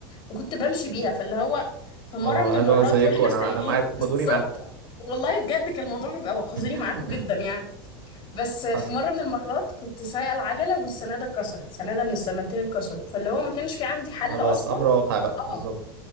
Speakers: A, on the left; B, on the right.
A: وكنت بمشي بيها فاللي هو في مرة
B: اه
A: من
B: انا
A: المرات
B: زي- زيكم
A: واحنا
B: انا
A: سايقين
B: انا معاكم
A: بالظبط
B: خدوني معاكم
A: والله بجد كان الموضوع بيبقى خزوني
B: <laughs>
A: معاكم جدا يعني بس
B: حصل
A: في مرة من المرات كنت سايقة العجلة والسنادة اتكسرت سنادة من السنادتين اتكسروا فاللي هو ما كانش في عندي حل
B: خلاص
A: أصلا
B: امر واقع بقى
A: اه
B: بالظبط